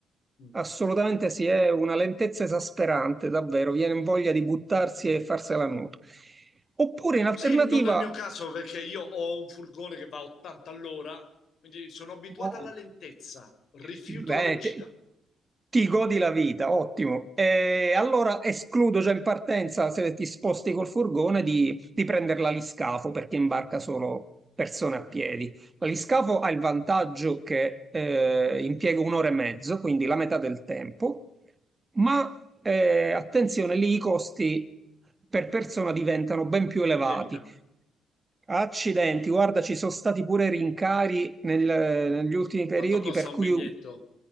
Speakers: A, on the left (about 65°); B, on the right (about 20°).
A: Mm,
B: Assolutamente
A: mm.
B: sì, è una lentezza esasperante, davvero, viene voglia di buttarsi
A: mm.
B: e farsela nuoto. Oppure in alternativa,
A: Sì, non nel mio caso perché io ho un furgone che va a 80 all'ora, quindi sono abituato
B: o-
A: alla lentezza, rifiuto
B: Bene,
A: la velocità,
B: te- ti godi la vita, ottimo. E allora escludo già in partenza, se ti sposti col furgone, di, di prendere l'aliscafo perché imbarca solo persone a piedi. L'aliscafo ha il vantaggio che eh, impiega un'ora e mezzo, quindi la metà del tempo, ma eh, attenzione, lì i costi per persona diventano ben più elevati.
A: lievitano.
B: Accidenti, guarda, ci sono stati pure rincari nel- negli ultimi periodi,
A: Quanto costa
B: per
A: un
B: cui
A: biglietto